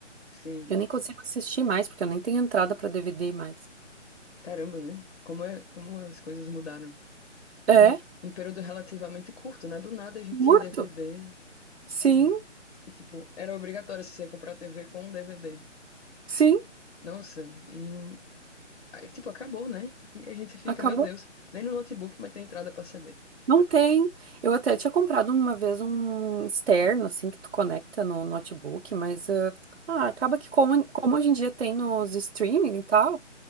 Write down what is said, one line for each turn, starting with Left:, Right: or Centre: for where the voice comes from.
Left: Sim.
Right: Eu nem consigo assistir mais, porque eu nem tenho entrada pra DVD mais.
Left: Caramba, né? Como é, como as coisas mudaram.
Right: É,
Left: Em um, em um período relativamente curto, né? Do nada a gente
Right: curto.
Left: tinha DVD
Right: Sim,
Left: e, e tipo, era obrigatório você comprar TV com um DVD.
Right: sim,
Left: Nossa, e Aí, tipo, acabou, né? E a gente fica,
Right: acabou.
Left: meu Deus, nem no notebook, mas tem entrada pra CD.
Right: Não tem. Eu até tinha comprado uma vez um externo, assim, que tu conecta no notebook, mas ah, ah, acaba que como, como hoje em dia tem nos streaming e tal,